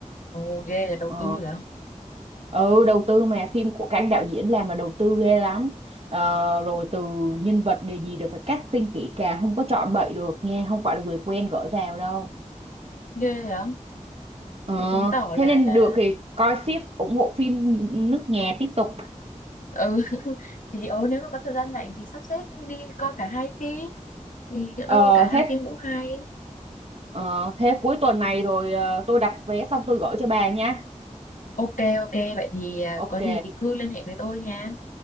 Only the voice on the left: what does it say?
ồ ghê là đầu
tư vậy
ghê vậy
thế chứng tỏ
là
là
ừ <laughs> thì ừ nếu mà có thời gian rảnh thì sắp xếp đi coi cả hai phim thì nhỡ
đâu cả hai
phim cũng hay
ok ok vậy thì à,
có gì thì cứ liên hệ với tôi nha